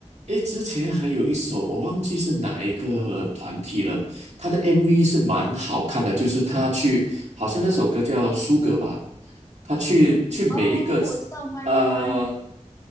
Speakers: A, on the right; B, on the left.
A: 诶，之前还有一首我忘记是哪一个团体了，他的 MV 是蛮好看的，就是他去，好像那首歌叫《苏格》吧，他去去每一个
B: 哦，我知道 m y
A: 呃
B: r e o o n d